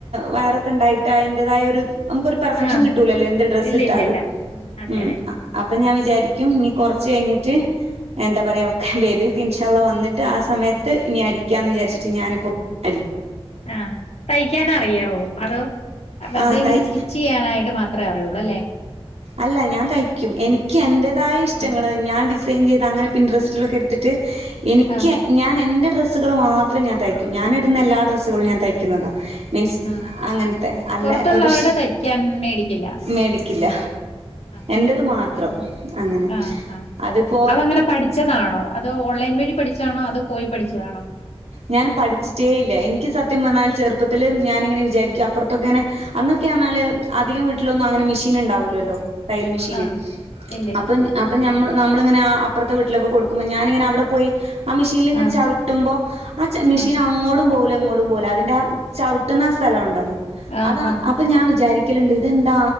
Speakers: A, on the right (about 85°); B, on the left (about 85°).
A: വയറൊക്കെ ഉണ്ടായിട്ട് അതിന്റതായ ഒരു നമുക്കൊരു പെർഫെക്ഷൻ
B: ആഹ്
A: കിട്ടൂലല്ലോ എന്ത് ഡ്രസ്സ്
B: ഇല്ല
A: ഇട്ടാലും
B: ഇല്ല ഇല്ല അതെ
A: ഉം
B: അതെ
A: അപ്പൊ അപ്പൊ ഞാൻ വിചാരിക്കും ഇനി കുറച്ച് കഴിഞ്ഞിട്ട്
B: ഉം
A: എന്താ പറയാ ഒക്കെ ബേബിയൊക്കെ ഇൻഷാള്ള വന്നിട്ട് ആ സമയത്ത് ഇനി അടിക്കാ എന്ന് വിചരിച്ചിട്ട് ഞാനിപ്പോൾ അടി
B: ആഹ തയ്ക്കാന അറിയോ അതോ വെറുതെ
A: ആ
B: ഇങ്ങനെ
A: തൈ
B: സ്റ്റിച്ച് ചെയ്യാനായിട്ട് മാത്രമേ അറിയൂ അളല്ലേ
A: അല്ല ഞാൻ തയ്ക്കും എനിക്ക് എന്റേതായ ഇഷ്ടങ്ങൾ
B: ആഹ്
A: ഞാൻ ഡി ചെയ് അങ്ങനെ പിന്ററസ്റ്റ്ലൊക്കെ എടുത്തിട്ട് എനിക്ക്
B: ആഹ്
A: ഞൻ എന്റെ ഡ്രസ്സുകള് മാത്രം ഞാൻ തയ്ക്കു ഞാൻ ഇടുന്ന എല്ലാ ഡ്രസ്സുകളും ഞാൻ തയ്ക്കുന്നത് മീൻസ്
B: ആഹ്
A: അങ്ങനത്തെ അല്ല
B: പുറത്തുള്ളവരുടെ
A: ഒരു ശേ
B: തയ്ക്കാൻ മേടിക്കില്ല
A: മേടിക്കില്ല
B: ആ
A: എന്റത് മാത്രം
B: അങ്ങ
A: അങ്ങനെ
B: ആഹ ആ
A: അതിപ്പോ
B: അതങ്ങനെ പഠിച്ചതാണോ അതോ ഓൺലൈൻ വഴി പഠിച്ചതാണോ അതോ പോയി പഠിച്ചതാണോ
A: ഞാൻ പഠിച്ചിട്ടേ ഇല്ല എനിക്ക് സത്യം പറഞ്ഞ ചെറുപ്പത്തിലൽ ഞാൻ ഇങ്ങനെ വിചാരിക്കും അപ്പറത്തൊക്കെ ഇങ്ങനെ അന്ന് ക്കാ അന്നല് അധികം വീട്ടിലൊന്നും അങ്ങനെ മെഷീൻ ഉണ്ടാവൂല്ലല്ലോ തയ്യൽ മെഷീന്
B: ആഹ് ഇല്ലില്ല
A: അപ്പം അപ്പൊ നമ്മൾ നമ്മളിങ്ങനെ അപ്പുറത്തെ വീട്ടിലക്ക കൊടുക്കുമ്പോ ഞാനങ്ങെ അവിടെ പോയി ആ മെഷീനിൽ ഇങ്ങനെ
B: ആഹ്
A: ചവി ചവിട്ടിപ്പോ ആ മെഷീൻ
B: ആഹ്
A: അങ്ങോട്ടും പോകൂല ഇ ങ്ങോട്ടും പോകൂല അതിന്റെ ആ ചവിട്ടുന്ന ആ സ്ഥലം ഉണ്ടല്ലോ
B: ആഹ്
A: അതാ
B: ആഹ്
A: അപ്പൊ ഞാൻ വിചാരിക്ക ഒരിക്കലുണ്ട് ഇതെന്താ